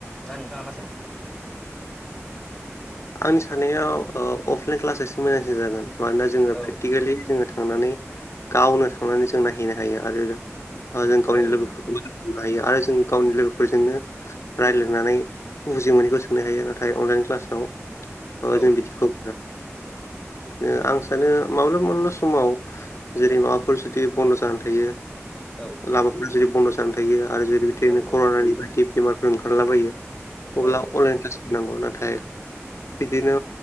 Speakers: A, in the centre; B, on the left.
A: ना नोंथाङा मा सानो
B: आंनि साननायाव ओ अफलाइन क्लास एसे मोजांसिन जागोन मानोना जोङो
A: औ
B: प्रेकटिकेलि जोङो थां थांनानै गावनो थांनानै जों नायहैनो हायो आरो ओ जों गावनि
A: औ औ
B: लोगोफोरखौ
A: नंगौ
B: हायो आरो जों गावनि लोगोफोरजोंनो रायज्लायनानै बुजि मोनैखौ सोंनो हायो नाथाय अनलाइन क्लासाव ओ
A: औ
B: जों बिदिखौ
A: <inaudible>
B: बिदिनो आं सानो माब्ला माब्ला समाव जेरै माबाफोर जुदि बन्द' जानानै थायो
A: औ
B: लामाफोरा जेरै बन्द' जानानै थायो आरो जेरै बिदिनो
A: औ
B: कर'नानि बायदि बेमारफोर ओंखारलाबायो अब्ला
A: औ
B: अनलाइन क्लास होनांगौ नाथाय बिदिनो